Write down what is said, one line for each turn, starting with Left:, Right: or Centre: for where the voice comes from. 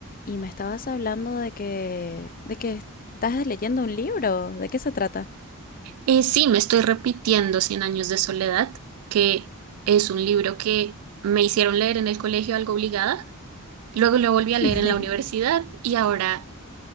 Left: Y me estabas hablando de que, de que estás leyendo un libro. ¿De qué se trata?
Right: Eh, sí, me estoy repitiendo Cien años de soledad, que es un libro que me hicieron leer en el colegio algo obligada, luego lo volví a leer
Left: <laughs>
Right: en la universidad y ahora,